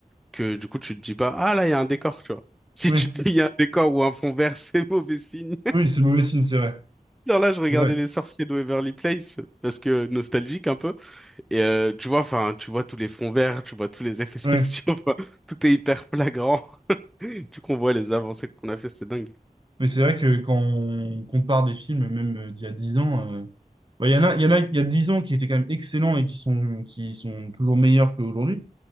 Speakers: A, in the centre; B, on the right.
A: que du coup tu te dis pas ah là il y a un décor, tu vois. <laughs> Si
B: ouais,
A: tu te dis il y a un décor ou un fond vert, <laughs> c'est mauvais signe.
B: oui, c'est mauvais signe, c'est vrai.
A: <laughs> Genre là, je regardais
B: C'est vrai.
A: Les Sorciers de Waverly Place parce que nostalgique un peu et euh, tu vois enfin, tu vois tous les fonds verts, tu vois tous les effets spéciaux,
B: Ouais.
A: <laughs> enfin, tout est hyper flagrant. <laughs> Du coup, on voit les avancées qu'on a fait, c'est dingue.
B: Mais c'est vrai que quand on compare des films, même euh, d'il y a 10 ans, euh, bah, il y en a, il y en a, il y a 10 ans qui étaient quand même excellents et qui sont, qui sont toujours meilleurs qu'aujourd'hui.